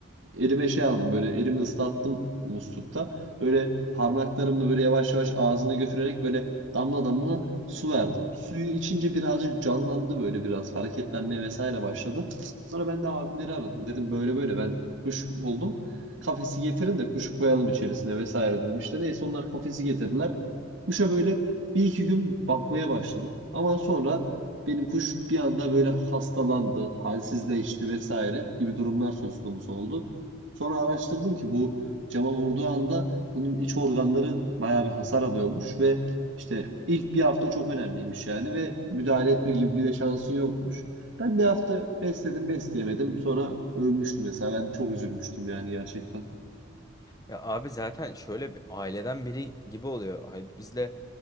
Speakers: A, on the right (about 60°); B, on the left (about 15°).
A: elime şey aldım böyle elimi ıslattım muslukta. Böyle parmaklarımla böyle yavaş yavaş ağzına götürerek böyle damla damla su verdim. Suyu içince birazcık canlandı böyle biraz hareketlenmeye vesaire başladı. Sonra ben de abimleri aradım. Dedim böyle böyle ben kuş buldum. Kafesi getirin de kuşu koyalım içerisine vesaire dedim. İşte neyse onlar kafesi getirdiler. Kuşa böyle bir iki gün bakmaya başladım. Ama sonra benim kuş bir anda böyle hastalandı, halsizleşti vesaire gibi durumlar söz konusu oldu. Sonra araştırdım ki bu cama vurduğu anda bunun iç organları bayağı bir hasar alıyormuş ve işte ilk bir hafta çok önemliymiş yani ve müdahale etme gibi bir de şansın yokmuş. Ben bir hafta besledim besleyemedim sonra ölmüştü mesela ben çok üzülmüştüm yani gerçekten.
B: Ya abi zaten şöyle bir aileden biri gibi oluyor. Hayır, biz de